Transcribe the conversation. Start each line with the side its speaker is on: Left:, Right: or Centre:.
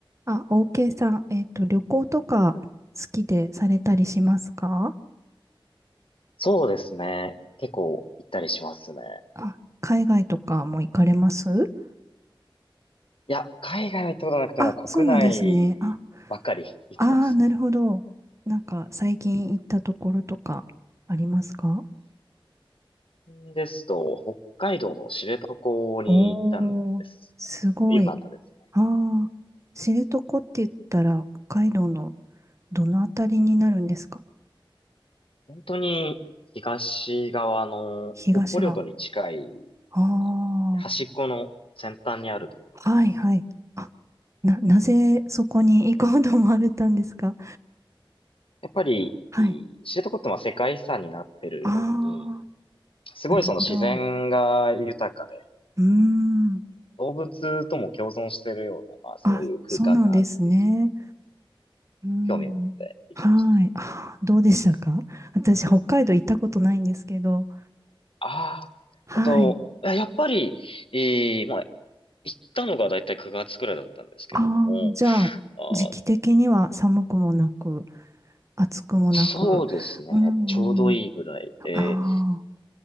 Right: あ、OK さん、えっと、旅行とか好きでされたりしますか
Left: そうですね。結構行ったりしますね。
Right: あ、海外とかも行かれます
Left: いや、海外は行ったことなくても国内ばっかり
Right: あ、そうなんですね。あ、
Left: <laughs> 行ってますね。
Right: あー、なるほど。なんか、最近行ったところとかありますか
Left: 最近ですと、北海道の知床に行ったんですが、
Right: おー、すごい。
Left: よかったですね。
Right: あー、知床って言ったら、北海道のどのあたりになるんですか
Left: 本当に東側の北方領土に近い
Right: 東側。あ
Left: 端っこの先端にあるところなんですけど、
Right: あ、はいはい。あ、な、なぜそこに行こうと思われたんですか
Left: やっぱりい知床ってまあ世界遺産になってるように、
Right: はい。ああ、
Left: すごいその自然が豊か
Right: なるほど。うーん。
Left: 動物とも共存しているような、まあそういう空間があるっていうと、
Right: あ、そうなんですね。うーん。
Left: 興味を持って行きました。
Right: はい。あー、どうでしたか私、北海道行ったことないんですけど。
Left: ああ、
Right: はい。
Left: えっと、いややっぱり、えーまあ、行ったのがだいたい9月くらいだったんですけども、
Right: ああ、じゃあ、
Left: あー、
Right: 時期的には寒くもなく、暑くもなく。
Left: そうですね、
Right: うーん。
Left: ちょうどいいぐらいで、
Right: ああ、